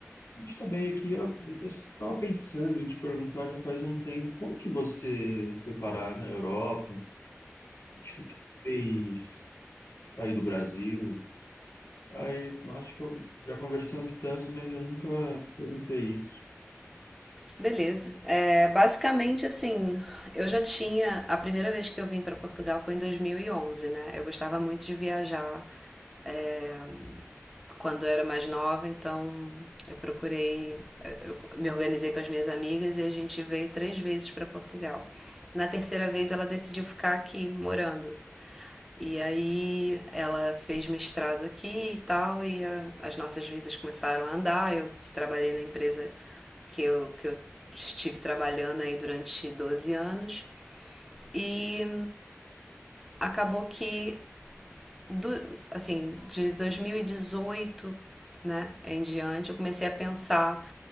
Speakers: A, on the left; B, in the centre.
A: gente está bem aqui. Eu estava pensando em te perguntar já faz um tempo, como que você foi parar na Europa? Tipo, o que fez sair do Brasil? Aí, acho que eu, já conversando tanto, mas eu nunca perguntei isso.
B: Beleza. É, basicamente, assim, eu já tinha. A primeira vez que eu vim para Portugal foi em 2011, né? Eu gostava muito de viajar é, quando eu era mais nova, então eu procurei. é, Eu me organizei com as minhas amigas e a gente veio três vezes para Portugal. Na terceira vez, ela decidiu ficar aqui morando. E aí ela fez mestrado aqui e tal, e a- as nossas vidas começaram a andar. Eu trabalhei na empresa que eu, que eu estive trabalhando aí durante 12 anos, e acabou que do, assim, de 2018 né, em diante, eu comecei a pensar